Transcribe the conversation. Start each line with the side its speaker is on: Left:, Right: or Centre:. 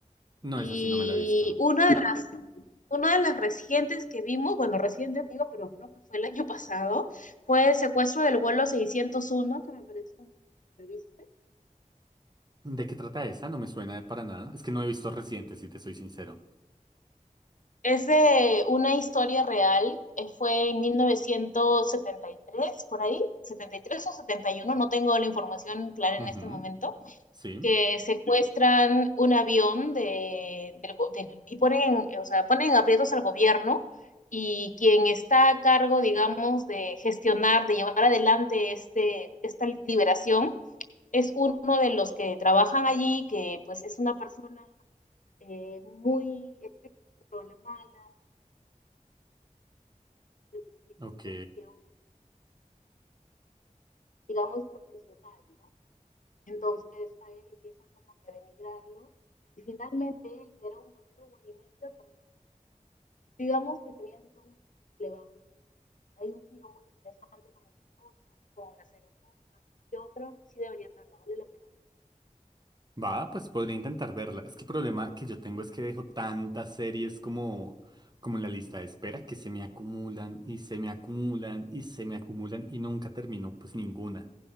Right: No,
Left: y
Right: es así no me la he visto.
Left: una de las, una de las recientes que vimos, bueno, recientes digo, pero creo que fue el año pasado, fue el secuestro del vuelo 601, que me pareció muy interesante.
Right: ¿De qué trata esa? No me suena de para nada. Es que no he visto reciente, si te soy sincero.
Left: Es de una historia real, eh, fue en 1973 por ahí, 73 o 71. no tengo la información clara en
Right: Ujú,
Left: este momento,
Right: sí,
Left: que secuestran un avión de, del go- del- y ponen, o sea, ponen aprietos al gobierno y quien está a cargo, digamos, de gestionar, de llevar adelante este, esta liberación, es uno de los que trabajan allí, que pues es una persona eh, muy... con la mala y
Right: ok.
Left: que, digamos, profesional, ¿no? Entonces a él empiezan como que a denigrarlo y finalmente él, que era un verdugo al inicio, termina, digamos que teniendo un levante. Hay un giro muy interesante con el piloto, con la ceremonia. Yo creo que sí debería verla, vale la pena.
Right: Va, pues podría intentar verla. Es que el problema que yo tengo es que dejo tantas series como, como en la lista de espera que se me acumulan y se me acumulan y se me acumulan y nunca termino pues ninguna.